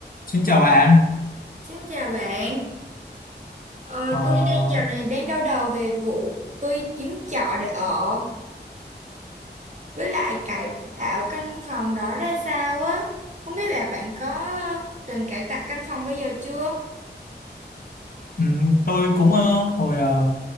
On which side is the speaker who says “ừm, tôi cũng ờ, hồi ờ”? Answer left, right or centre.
Left